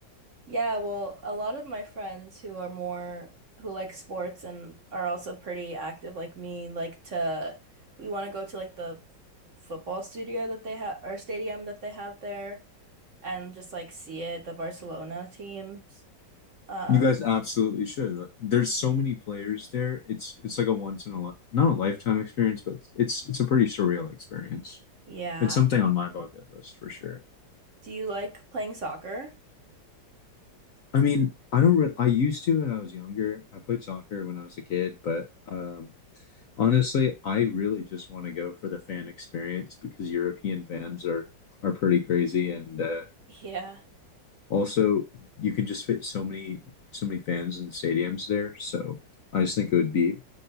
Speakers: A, on the right; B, on the left.
A: Yeah, well, a lot of my friends who are more who like sports and are also pretty active like me like to we want to go to like the football studio that they have or stadium that they have there and just like see it, the Barcelona teams. Um,
B: You guys absolutely should. Like, There's so many players there. It's it's like a once in a li not a lifetime experience, but it's it's a pretty surreal experience.
A: yeah.
B: It's something on my bucket list for sure.
A: Do you like playing soccer?
B: I mean, I don't re I used to when I was younger. I played soccer when I was a kid, but um Honestly, I really just want to go for the fan experience because European fans are are pretty crazy, and uh,
A: Yeah.
B: also you can just fit so many so many fans in the stadiums there. So I just think it would be